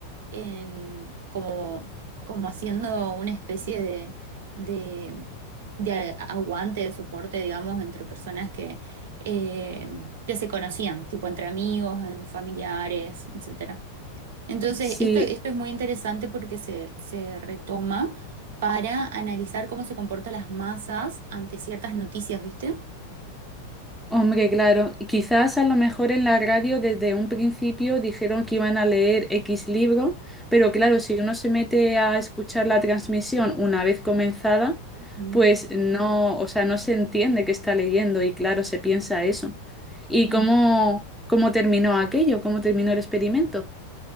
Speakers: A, on the right; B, in the centre.
A: en, como, como haciendo una especie de, de, de aguante, de soporte, digamos, entre personas que, eh, que se conocían, tipo entre amigos, en familiares, etcétera entonces,
B: sí.
A: esto, esto es muy interesante porque se, se retoma para analizar cómo se comportan las masas ante ciertas noticias, ¿viste?
B: Hombre, claro, y quizás a lo mejor en la radio desde un principio dijeron que iban a leer X libro, pero claro, si uno se mete a escuchar la transmisión una vez comenzada,
A: Ujú.
B: pues no, o sea, no se entiende qué está leyendo y claro, se piensa eso. ¿Y
A: Ujú.
B: cómo, cómo terminó aquello? ¿Cómo terminó el experimento?